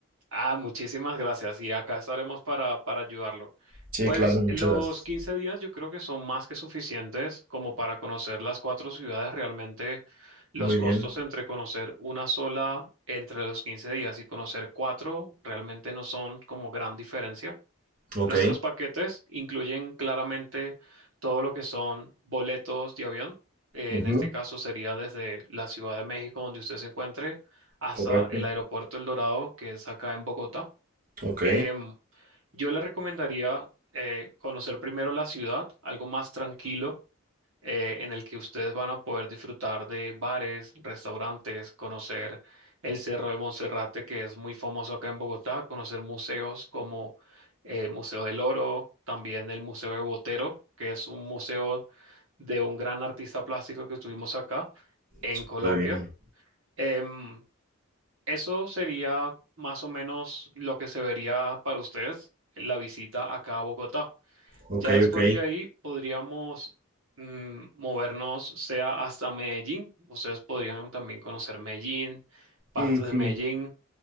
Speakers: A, on the right; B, on the right.
A: Ah, muchísimas gracias. Y acá estaremos para, para ayudarlo.
B: Sí,
A: Pues
B: claro, muchas
A: los
B: gracias.
A: 15 días yo creo que son más que suficientes como para conocer las cuatro ciudades. Realmente los
B: Muy
A: costos
B: bien.
A: entre conocer una sola entre los 15 días y conocer cuatro realmente no son como gran diferencia.
B: Ok.
A: Nuestros paquetes incluyen claramente todo lo que son boletos de avión. Eh,
B: Ujú,
A: en este caso sería desde la Ciudad de México, donde usted se encuentre, hasta
B: correcto.
A: el aeropuerto El Dorado, que es acá en Bogotá.
B: Ok.
A: Em, yo le recomendaría eh, conocer primero la ciudad, algo más tranquilo, eh, en el que ustedes van a poder disfrutar de bares, restaurantes, conocer el Cerro de Monserrate, que es muy famoso acá en Bogotá, conocer museos como el Museo del Oro, también el Museo de Botero, que es un museo de un gran artista plástico que tuvimos acá en
B: Súper
A: Colombia.
B: bien.
A: Em, eso sería más o menos lo que se vería para ustedes la visita acá a Bogotá.
B: Ok,
A: Ya después
B: ok.
A: de ahí podríamos mm, movernos, sea hasta Medellín. Ustedes podrían también conocer Medellín, partes
B: Ujú.
A: de Medellín.